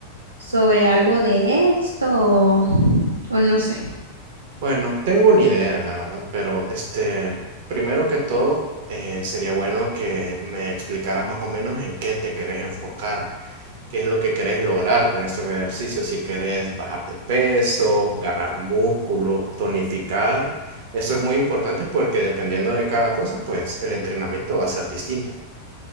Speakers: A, on the right; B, on the right.
A: sobre algo de esto o, o no sé?
B: Bueno, tengo una idea, la verdad, pero este, primero que todo, eh, sería bueno que me explicaras más o menos en qué te querés enfocar, qué es lo que querés lograr con estos ejercicios, si querés bajar de peso, ganar músculo, tonificar. Esto es muy importante porque dependiendo de cada cosa, pues el entrenamiento va a ser distinto.